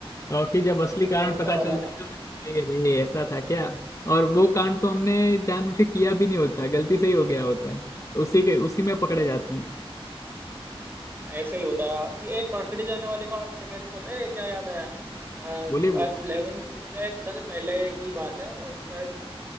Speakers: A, on the left; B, on the right.
A: तो और फिर जब असली कारण
B: कौन
A: पता
B: सा वाला
A: चलता
B: पता
A: तो
B: चला
A: लगता है, अरे ये ऐसा था क्या और वो कांड तो हमने जानबूझ के किया भी नहीं होता गलती से ही हो गया होता है उसी के उसी में पकड़े
B: हम्म
A: जाते हैं
B: ऐसे ही होता है ये पकड़े जाने वाली बात से मेरे को पता है क्या याद आया अ,
A: बोले बोले
B: अब 11th की बजाय थोड़ा सा पहले की बात है अ, शायद